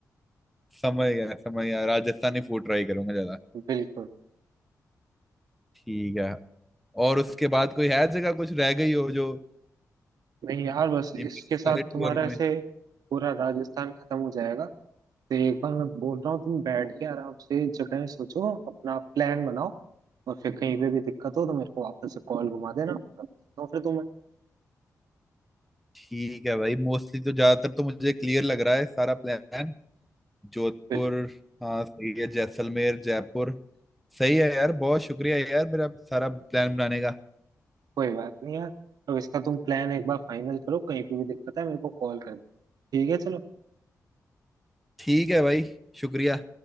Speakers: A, in the centre; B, on the right.
A: समझ गया समझ गया राजस्थानी फूड ट्राई करूंगा ज्यादा
B: पे बिल्कुल
A: ठीक है और उसके बाद कोई है जगह कुछ रह गई हो जो
B: नहीं यार बस इसके
A: ये मेरे
B: साथ
A: सारे टूर
B: तुम्हारा
A: में
B: ऐसे पूरा राजस्थान खत्म हो जाएगा तो एक बार मैं बोल रहा हूँ तुम बैठ के आराम से जगह सोचो अपना प्लान बनाओ और फिर कहीं पे भी दिक्कत हो तो मेरे को वापस से कॉल घुमा देना तो फिर तुम्हें
A: ठीक है भाई मोस्टली तो ज्यादातर तो मुझे क्लियर लग रहा है सारा प्लान जोधपुर
B: बिल्कुल
A: हाँ सही है जैसलमेर जयपुर सही है यार बहुत शुक्रिया यार मेरा सारा प्लान बनाने का
B: कोई बात नहीं यार अब इसका तुम प्लान एक बार फाइनल करो कहीं पे भी दिक्कत है मेरे को कॉल करना ठीक है चलो
A: ठीक है भाई शुक्रिया